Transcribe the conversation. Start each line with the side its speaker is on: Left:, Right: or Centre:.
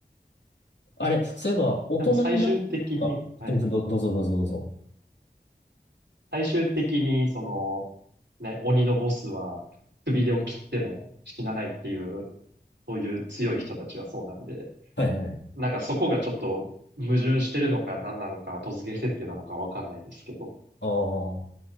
Left: あれ、そういえば、大人になっ
Right: でも最終的に、
Left: た、あ、
Right: はい。
Left: すいません、ど、どうぞどうぞどうぞ。
Right: 最終的に、その、ね、鬼のボスは首を切っても死なないっていう、そういう強い人たちはそうなんで、
Left: はいはい。
Right: なんかそこがちょっと矛盾してるのか何なのか後付け設定なのかわかんないですけど、
Left: ああ、